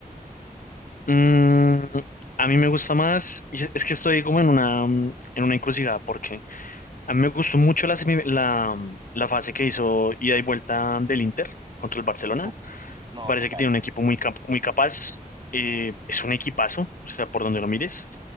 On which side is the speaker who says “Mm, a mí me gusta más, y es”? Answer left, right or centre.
Left